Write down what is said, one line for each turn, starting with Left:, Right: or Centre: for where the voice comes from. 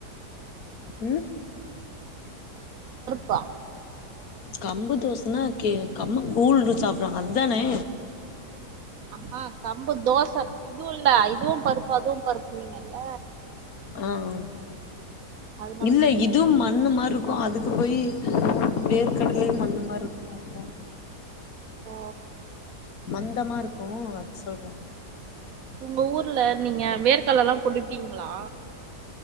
Left: உம்
Right: வா
Left: கம்பு தோசைனா கம்மங் கூழு சாப்பறாங்க அதுதானே
Right: ஆ ஆன் கம்பு தோச இதுவும் இல்ல இதுவும் பருப்பு அதுவும் பருப்பு சொன்னீங்கல்ல
Left: ஆன்
Right: அதனால
Left: இல்ல
Right: கேக்குறே
Left: இதுவும் மண்ணு மாரி இருக் ருக்கும் அதுக்கு போய் வேர்கடலயே மண்ணுமாரி இருக்கும் அது தா கேட்டே
Right: ஓ
Left: மந் சுத்தமா இருக்கும் அதுக்கு சொல்றேன்
Right: உங்க ஊர்ல நீங்க வேர்க்கடலல்லாம் போட் ருப்பீங்களா